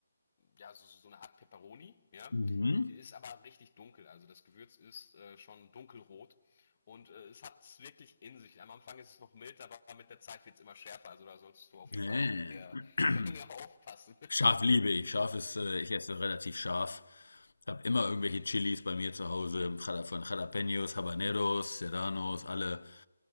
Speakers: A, on the left; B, on the left.
A: ja, so, so so eine Art Peperoni, ja.
B: Mhm.
A: Ist aber richtig dunkel. Also das Gewürz ist äh, schon dunkelrot. Und äh, es hat es wirklich in sich. Am Anfang ist es noch mild, aber mit der Zeit wird es immer schärfer. Also da solltest du auf
B: Nee.
A: jeden Fall auch mit der
B: <clears throat>
A: Menge aufpassen.
B: Scharf liebe ich. Scharf ist, äh, ich esse relativ scharf. Ich habe immer irgendwelche Chilis bei mir zu Hause, Jala- von Jalapenos, Habaneros, Serranos, alle,